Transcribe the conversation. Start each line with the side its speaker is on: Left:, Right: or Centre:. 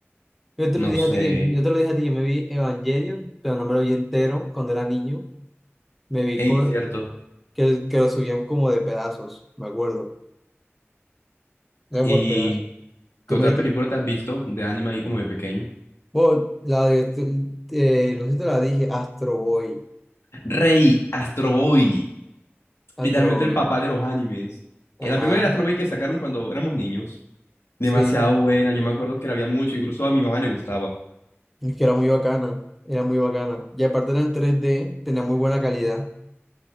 Centre: Yo te lo
Left: No
Centre: dije a
Left: sé.
Centre: ti que, yo te lo dije a ti, yo me vi Evangelion, pero no me lo vi entero cuando era niño. Me vi
Left: Ey,
Centre: con,
Left: cierto.
Centre: que, que lo subían como de pedazos, me acuerdo. Era
Left: ¿Y
Centre: por pedazos. Tú
Left: qué otra
Centre: me dijiste-
Left: película te has visto de anime ahí como de pequeño?
Centre: vos, la de, eh, no sé si te la dije, Astro Boy.
Left: Rey, Astro Boy.
Centre: Astro
Left: literalmente
Centre: Boy.
Left: el papá de los animes.
Centre: Ajá.
Left: Eh, La película de Astro Boy que sacaron cuando éramos niños, demasiado
Centre: Sí.
Left: buena, yo me acuerdo que la había mucho, incluso a mi mamá le gustaba.
Centre: Es que era muy bacana, era muy bacana. Y aparte era en tres d tenía muy buena calidad.